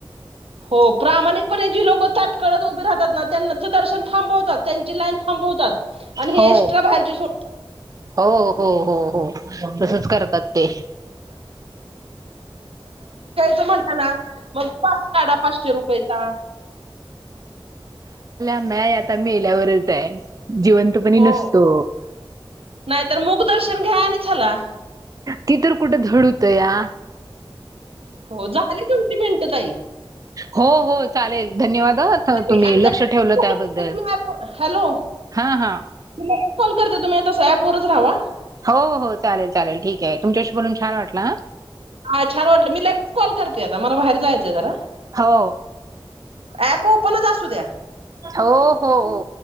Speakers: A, on the right; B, on the right.
A: हो प्रामाणिकपणे जी लोक तटकळत उभे राहतात ना त्यांच दर्शन थांबवतात. त्यांची लाईन थांबवतात आणि
B: हो
A: हे एक्सट्रा बाहेरचे सोडतात.
B: हो हो हो हो. तसच करतात ते.
A: तमण मग पास काढा पाचशे रुपयेचा.
B: नाही आता मेल्यावरच आहे. जिवंतपणी
A: हो,
B: नसतो
A: नाही तर मुख दर्शन घ्या आणि चला
B: ति तर कुठे धड होतूया
A: हो झाली तुमची हो ताई
B: हो हो, चालेल, धन्यवाद! कुठे होत्या
A: आणि
B: तुम्ही
A: आता
B: लक्ष ठेवलं त्याबद्दल,
A: तुम्ही हॅलो
B: हा हा.
A: मी लगेच कॉल करते तुम्ही आता ऍपवरचं राहावा.
B: हो हो चालेल चालेल ठीक आहे तुमच्याशी बोलून छान वाटला हं.
A: हा छान वाटले, मी लगेच कॉल करते आता, मला बाहेर जायचंय जरा.
B: हो.
A: ऍप ओपनच असू द्या.
B: ओ हो हो ओ.